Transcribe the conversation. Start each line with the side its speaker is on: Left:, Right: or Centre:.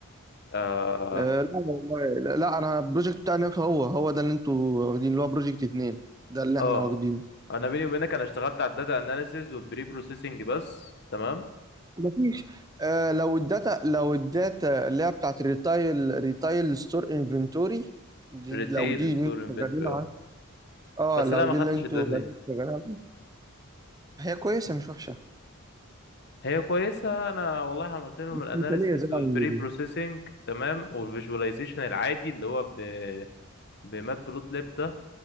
Left: اه,
Right: آه، لا والله لا لا، انا البروجكت بتاعنا هو هو ده اللي انتوا واخدينه اللي هو بروجكت اتنين ده اللي
Left: آه.
Right: احنا واخدينه
Left: انا بيني وبينك انا اشتغلت على الداتا اناليسيز والبري بروسيسنج بس تمام
Right: مفيش آه لو الداتا لو الداتا اللي هي بتاعت الريتايل ريتايل ستور انفنتوري دي
Left: ريتيل
Right: لو دي
Left: ستور
Right: اللي انتوا
Left: انفنتوري
Right: شغالين عليها
Left: اه
Right: اه
Left: بس
Right: لو
Left: لا ما
Right: دي
Left: خدتش
Right: اللي انتوا
Left: الداتا
Right: شغالين
Left: دي
Right: عليها هي كويسه مش وحشه
Left: هي كويسه انا والله عملت لهم
Right: مش
Left: الاناليسيز
Right: مثاليه زي ما
Left: والبري
Right: عم بيقولوا.
Left: بروسيسنج تمام والفيجواليزيشن العادي اللي هو ب بمات بلوت ليب ده